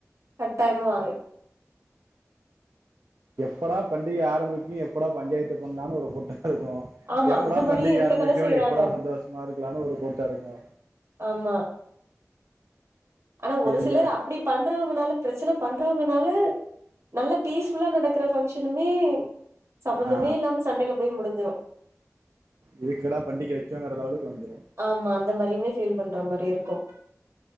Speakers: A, on the right (about 60°); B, on the right (about 75°).
A: கட்டாயமா வாங்க
B: எப்படா பண்டிகை ஆரம்பிக்கு எப்படா பஞ்சாயத்து பண்லான்னு ஒரு கூட்டோ இருக்கு
A: ஆமா
B: எப்படா
A: அந்த மாரியே
B: பண்டிகை
A: இருக்கத்தானே
B: ஆரம்பிக்கு
A: செய்யறாங்க
B: எப்படா சந்தோஷமா இருக்கலான்னு ஒரு கூட்ட இருக்கு
A: ஆமா ஆனா ஒரு
B: இல்லை
A: சிலர் அப்படி பண்றவங்கனால பிரச்சன பண்றவங்கனால நல்லா பீஸ்ஃபுல்லா நடக்கற பங்க்ஷனுமே சம்மந்தமே
B: ஆ
A: இல்லாம சண்டையில போய் முடிஞ்சிரு
B: எதுக்குடா பண்டிகை வச்சாங்ககிற லெவளுக்கு வந்துரு
A: ஆமா அந்த மாரியுமே ஃபீல் பண்ற மாரி இருக்கு